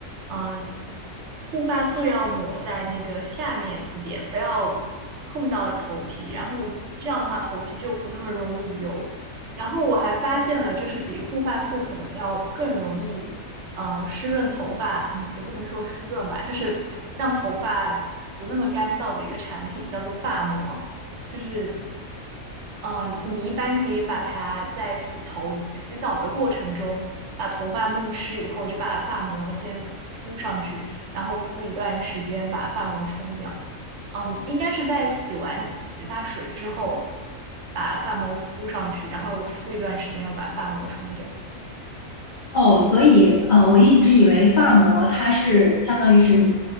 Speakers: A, on the right; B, on the left.
A: 嗯、护发素要抹在那个下面一点，不要碰到头皮，然后这样的话头皮就不那么容易油。然后我还发现了，就是比护发素可能要更容易。呃湿润头发，嗯，也不能说湿润吧，就是让头发不那么干燥的一个产品，叫做发膜，就是。呃，你一般可以把它在洗头、洗澡的过程中，把头发弄湿以后，就把发膜先敷上去，然后敷一段时间，把发膜冲掉。嗯，应该是在洗完洗发水之后，把发膜敷上去，然后敷一段时间，又把发膜冲掉。
B: 哦，所以呃，我一直以为发膜它是相当于是你